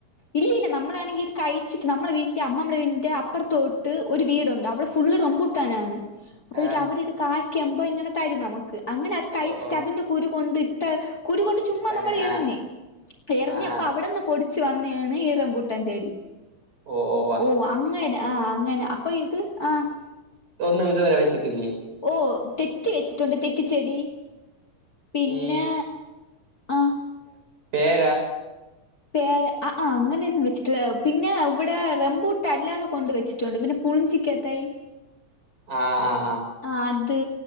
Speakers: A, on the left; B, on the right.
A: ഇല്ല ഇല്ല നമ്മളാണെങ്കിൽ ഇത് കഴിച്ചിട്ട് നമ്മുടെ വീന്റെ അമ്മമ്മടെ വീടിന്റെ അപ്പുറത്തോട്ട് ഒരു വീടുണ്ട് അവിടെ ഫു ള്ള് റെംബൂട്ടാനാണ്. അപ്പത്തേക്കും
B: ആ
A: അവര് ഇത് കായ്ക്കുമ്പോ ഇങ്ങനെ തരും നമുക്ക് അങ്ങനെ അത് കഴിച്ചിട്ട്
B: ഓ ഓ
A: അതിന്റെ കുരു കൊണ്ടിട്ട കുരുകൊണ്ട് ചുമ്മാ
B: ഇട്ടങ്ങനെ
A: നമ്മള് എറിഞ്ഞ്
B: ആ
A: എറിഞ്ഞപ്പ
B: ആ ആ
A: അവിടുന്ന് പൊടിച്ച് വന്ന യാണ് ഈ റംബൂട്ടാൻ ചെടി.
B: ഓ ഓ
A: ഓഹ് അങ്ങനെ ആഹ് അങ്ങനെ അപ്പോ ഇത് ആഹ്
B: ഇതൊന്നും ഇതുവരെ വെച്ചിട്ടില്ലേ?
A: ഓഹ് തെറ്റി വെച്ചിട്ടുണ്ട് തെറ്റിച്ചെടി. പിന്നെ
B: ഈ
A: ആഹ്
B: പേരാ
A: പേര ആഹ് ആഹ് അങ്ങനെയൊന്നും വെച്ചിട്ടില്ല പിന്നെ ഇവിടെ റംബൂട്ട് അല്ലാതെ കൊണ്ട് വെച്ചിട്ടുണ്ട്, പിന്നെ പുളിഞ്ചിക്ക തൈ
B: ആഹ് ആഹ്
A: ആ അത്